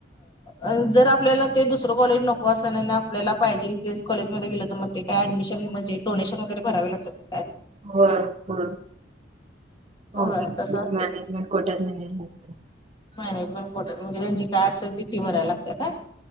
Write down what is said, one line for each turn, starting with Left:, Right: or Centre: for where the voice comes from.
Left: ह जर आपल्याला ते दुसरं कॉलेज नको असत नाही आपल्याला पाहिजे तेच कॉलेमध्ये गेलं तर मग ते का ऍडमिशन म्हणेडोशन वैर भरावे लागत ते काय
Right: हो हो हो
Left: होय तसं
Right: मॅनेजमेंट
Left: असतंय
Right: कोठत नाहीत
Left: मॅनेजमेंट बर्ट म्हणजे त्यांची काय असेल त फी भरायला लागतात का